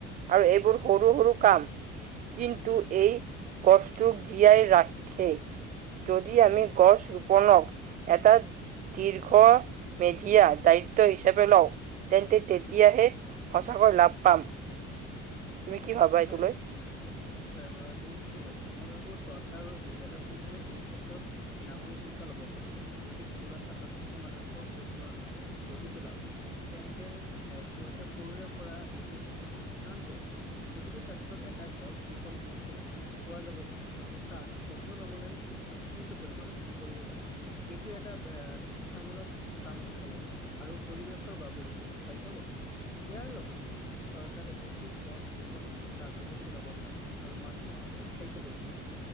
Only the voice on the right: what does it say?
আৰু এইবোৰ সৰু সৰু কাম। কিন্তু এই গছটোক জীয়াই ৰাখে। যদি আমি গছ ৰুপ বলক এটা দীৰ্ঘ মেধিয়া দায়িত্ব হিচাপে লও। তেন্তে তেতিয়াহে
সঁচাকৈ লাভ পাম। তুমি কি ভাবা এইটো
লৈ?